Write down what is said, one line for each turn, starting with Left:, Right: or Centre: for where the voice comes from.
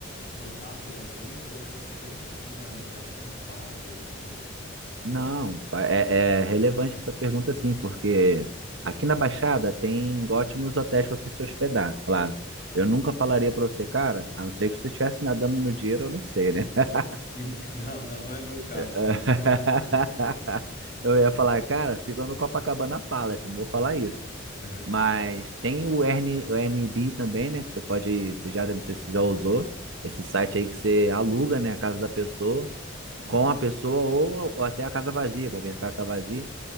Left: rodar por aí, ou você acredita que não, já tanto faz, ou isso não.
Right: Não, é, é relevante essa pergunta sim, porque aqui na Baixada tem ótimos hotéis para você se hospedar, claro. Eu nunca falaria para você, cara, a não ser que você estivesse nadando no dinheiro, eu não sei, né? <laughs>
Left: Sim, <laughs> não, não não é meu caso,
Right: é, é, <laughs>
Left: Vinícius. <laughs>
Right: eu ia falar, cara, fica no Copacabana Palace, não vou falar isso.
Left: Aham.
Right: Mas tem o Airni- o Airbnb também, né? Que você pode, você já, não sei se você já usou, esse site aí que você aluga, né, a casa da pessoa
Left: Ah,
Right: com
Left: é?
Right: a pessoa ou, ou até a casa vazia, quer ver a casa vazia?